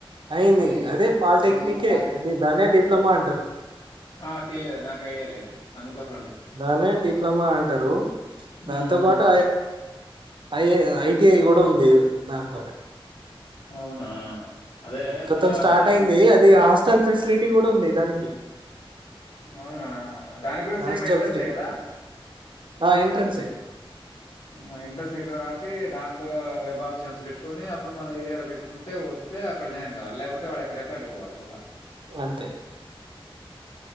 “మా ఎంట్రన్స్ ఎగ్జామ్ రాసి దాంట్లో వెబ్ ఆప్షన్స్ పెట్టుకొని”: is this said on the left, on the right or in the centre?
Left